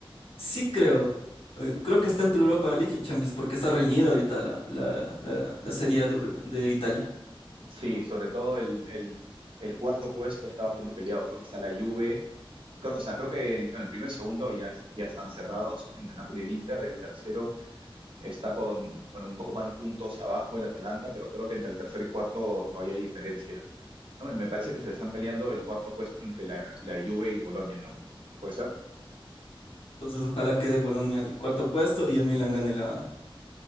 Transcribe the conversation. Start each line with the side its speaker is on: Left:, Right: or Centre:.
Left: Sí creo, eh, creo que está entre Europa League y Champions porque está reñida ahorita la, la, la, la Serie A de, Euro- de Italia.
Right: Sí, sobre todo el, el- el cuarto puesto está bastante peleado, creo que está la Juve, creo- o sea, creo que el, en el primer segundo ya, es- ya están cerrados entre Napoli y el Inter, el tercero está con, bueno, un poco más de puntos abajo el Atalanta, pero creo que entre el tercer y cuarto todavía hay diferencia. No, me parece que se están peleando el cuarto puesto entre la, la Juve y Boloña, ¿no? ¿Puede ser?
Left: Entonces ojalá quede Bolonia al cuarto puesto y el Milan gane la,